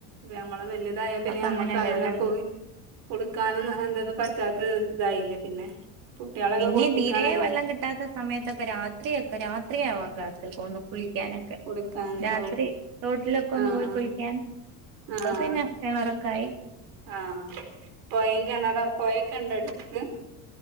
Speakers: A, on the right (about 65°); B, on the right (about 50°).
A: നമ്മളെ വലുതായ പിന്നെ
B: അപ്പൊ
A: ഞമ്മക്കങ്ങനെ
B: അങ്ങനെ വെള്ളം
A: പോയി കൊട്ക്കാനും എന്ത പ റ്റാതത്ത് തായിലെ പിന്നെ കുട്ടികളൊക്കെ
B: പിന്നീം
A: കുളിപ്പിക്കാനല്ല
B: തീരേ വെള്ളം കിട്ടാത്ത സമയത്തൊക്കെ രാത്രി ഒക്കെ രാത്രിയാവാൻ കാത്ത്ക്കൊന്ന കുളിക്കാനക്കെ
A: കുളിക്കാന്
B: രാത്രി
A: ഓ
B: തോട്ടിലൊക്കൊന്ന്
A: ആഹ്
B: പോയി കുളിക്കാൻ ഇപ്പ
A: ആഹ്
B: പിന്നെ കെണറൊക്കായി.
A: ആഹ് പോയീം കെണറും പോയേക്കെണ്ടട്ത്ത്